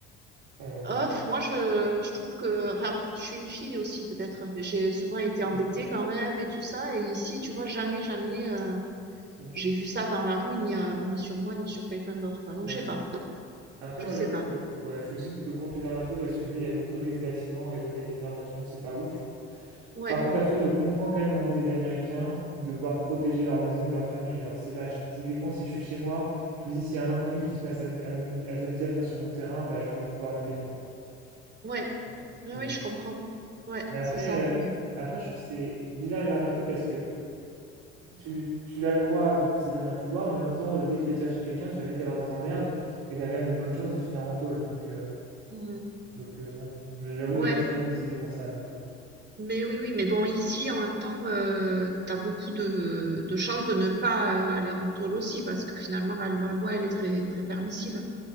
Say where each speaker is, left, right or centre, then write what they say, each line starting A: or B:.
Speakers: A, on the right; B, on the right.
A: euh,
B: Off,
A: voilà.
B: moi je, je trouve que, enfin, je suis une fille aussi peut-être, mais j'ai souvent été
A: Ok.
B: embêtée quand même et tout ça. Et ici, tu vois, jamais, jamais. euh,
A: Ok,
B: J'ai vu ça dans la rue, ni, euh, ni sur moi, ni sur quelqu'un d'autre, quoi. Donc,
A: ouais,
B: je
A: je
B: sais pas.
A: comprends. Après,
B: Je
A: moi
B: sais
A: j'avoue
B: pas.
A: que ouais, je suis aussi plutôt contre les armes à feu parce que je me dis, il y a beaucoup de risques d'accidents et donner des armes à tout le monde, c'est pas ouf.
B: Ouais,
A: Par contre, après, je comprends quand même l'envie des Américains de voir protéger leur maison ou leur famille. Genre, c'est pas, je- typiquement, si je suis chez moi, je me dis, s'il y a un inconnu qui se met à s'amu- à mu- à s'amuser à venir sur mon terrain, bah j'ai envie de pouvoir me défendre.
B: ouais.
A: Ouais.
B: Oui,
A: Donc,
B: oui,
A: bon.
B: je comprends. Ouais,
A: Mais après,
B: c'est ça.
A: euh,
B: Mais...
A: après, je trouve que c'est bizarre les armes à feu parce que tu, tu l'as le droit, du coup ça donne un pouvoir, mais en même temps, euh, dès que tu vas tirer sur quelqu'un, tu vas vite avoir des emmerdes et t'as quand même de bonnes chances de finir en tôle. Donc, euh,
B: Mhm.
A: donc euh, bon, j'avoue
B: Ouais,
A: que j'ai pas trop envie de l'utiliser pour ça non plus.
B: mais oui, oui. Mais bon, ici, en même temps, euh, t'as beaucoup de, de chances de ne pas euh, aller en tôle aussi, parce que finalement, la, la loi, elle est très, très permissive.